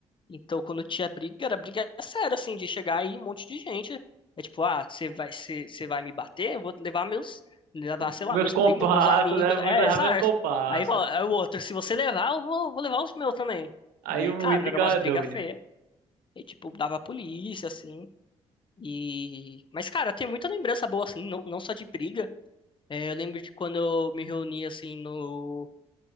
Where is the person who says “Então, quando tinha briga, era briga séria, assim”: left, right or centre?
Left